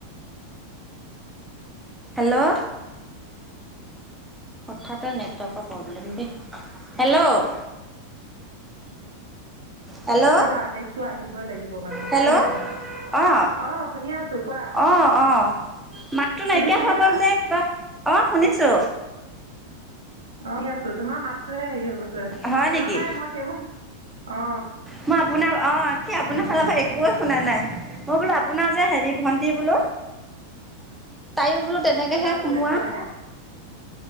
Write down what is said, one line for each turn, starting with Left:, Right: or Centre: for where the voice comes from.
Centre: হেল্ল' হঠাতে নেটৱৰ্কৰ প্ৰব্লেম দেই হেল্ল'
Right: <inaudible>
Centre: হেল্ল'
Right: সেইটো, আদেশটো আহিবই লাগিব মানে।
Centre: হেল্ল'
Right: <unintelligible>
Centre: অঁ
Right: অ'! শুনি আছোঁ, কোৱা?
Centre: অঁ অঁ মাতটো নাইকিয়া
Right: তুমি শুনিছা
Centre: হৈ গ'ল‌ যে, কিবা। অ'! শুনিছোঁ।
Right: আমি আছো তোমাৰ মাতটোহে হেৰি হ শুনা
Centre: হয় নেকি
Right: নাই মই তেওঁ অ
Centre: মই আপোনাৰ অ কি আপোনাৰ ফালৰ পৰা একোৱে শুনা নাই। মই বোলো আপোনাৰ যে হেৰি ভণ্টি বোলো তাই বোলো তেনেকেহে
Right: কবা বোলো
Centre: সোমোৱা।
Right: একটো আহে